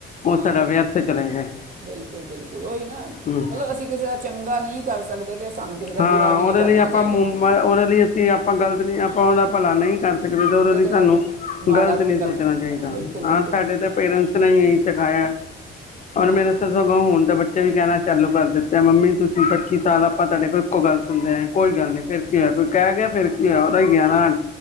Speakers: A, on the left; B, on the right.
A: ਉਹ
B: ਹਾਂ
A: ਸਾਡਾ ਵਿਅਰਥ ਚਲੇ ਜਾਏ
B: ਬਿਲਕੁਲ ਬਿਲਕੁਲ ਉਹੀ ਨਾ ਮਤਲਬ
A: ਹਮ,
B: ਅਸੀਂ ਕਿਸੇ ਦਾ ਚੰਗਾ ਨਹੀਂ ਕਰ ਸਕਦੇ <unintelligible> ਦਾ
A: ਹਾਂ
B: ਬੁਰਾ ਵੀ
A: ਉਹਦੇ
B: ਨਹੀਂ ਕਰਨਾ
A: ਲਈ ਆਪਾਂ
B: ਚਾਹੀਦਾ
A: ਉਹਦੇ ਲਈ ਅਸੀਂ ਆਪਾਂ ਗ਼ਲਤ ਨਹੀਂ ਆਪਾਂ ਉਹਦਾ ਭਲਾ ਨਹੀਂ ਕਰ ਸਕਦੇ ਤੇ ਉਹਦੇ ਲਈ
B: ਉਹਦਾ
A: ਸਾਨੂੰ
B: ਮ- ਮਾੜਾ
A: ਗਲਤ
B: ਵੀ
A: ਨੀ
B: ਨਹੀਂ ਕਰਨਾ
A: ਸੋਚਣਾ ਚਾਹੀਦਾ
B: ਹਾਂ ਬਿਲਕੁਲ
A: ਹਾਂ
B: ਬਿਲਕੁਲ
A: ਸਾਡੇ ਤੇ ਪੇਰੈਂਟਸ ਨੇ ਇਹੀ ਸਿਖਾਇਆ ਔਰ
B: ਹਾਂ
A: ਮੇਰੇ ਸਗੋਂ ਹੁਣ ਤਾਂ ਬੱਚੇ ਉਥੇ ਵੀ ਕਹਿਣਾ ਚਾਲੂ ਕਰ ਦਿੱਤਾ ਮੰਮੀ ਤੁਸੀਂ ਪੱਚੀ ਸਾਲ ਆਪਾਂ ਤੁਹਾਡੇ ਕੋਲ ਇੱਕੋ ਗੱਲ ਸੁਣਦੇ ਆਏ ਕੋਈ ਗੱਲ ਨੀ ਫਿਰ ਕੀ ਹੋਇਆ ਕੋਈ ਕਹਿ ਗਿਆ ਫਿਰ ਕੀ ਹੋਇਆ ਉਹਦਾ ਹੀ ਗਿਆ ਨਾ